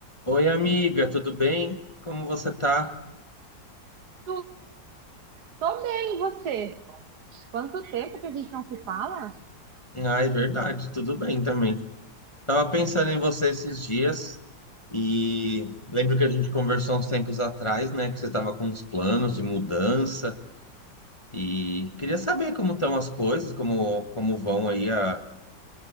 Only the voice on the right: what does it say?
Tu- Tô bem, e você? Quanto tempo que a gente não se fala?